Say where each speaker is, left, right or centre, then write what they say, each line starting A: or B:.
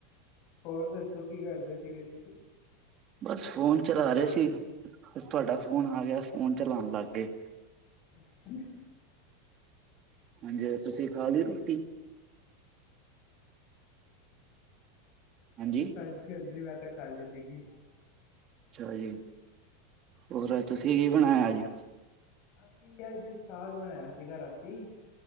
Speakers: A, on the left; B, on the right.
A: ਹੋਰ ਦੱਸੋ ਕੀ ਕਰਦੇ ਸੀਗੇ ਤੁਸੀਂ
B: ਬਸ ਫੋਨ ਚਲਾ ਰਹੇ ਸੀ ਤੁਹਾਡਾ
A: ਅੱਛਾ
B: ਫੋਨ ਆ ਗਿਆ ਫੋਨ ਚਲਾਉਣ ਲੱਗ ਗਏ
A: <unintelligible>
B: ਹਾਂਜੀ ਤੁਸੀਂ ਖਾ ਲਈ ਰੋਟੀ ਹਾਂਜੀ
A: ਹਾਂਜੀ ਹਾਂਜੀ ਮੈਂ ਤਾਂ ਖਾਲੀ ਸੀਗੀ
B: ਅੱਛਾ ਜੀ ਹੋਰ
A: ਹਾਂਜੀ
B: ਤੁਸੀਂ ਕੀ ਬਣਾਇਆ ਅੱਜ
A: ਅਸੀਂ ਅਥ ਸਾਗ ਬਣਾਇਆ ਸੀਗਾ ਰਾਤੀ